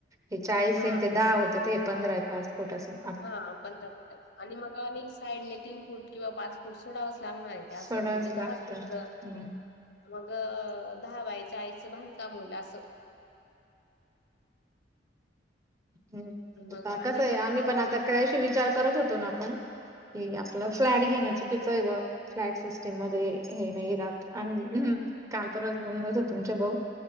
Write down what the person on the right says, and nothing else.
हे चाळीस
येन ते दहा होतं ते हे पंधरा. पासपोर्ट असून
सोडावंच
लागतं
हम्म
हम्
आता
कसं आहे आम्ही
पण आता करायश वि च करत होतो आपण क आप फ्ल घे चकीच मध्ये हे नाही राहात आणि काल परवास बोल नत तुमचे भाऊ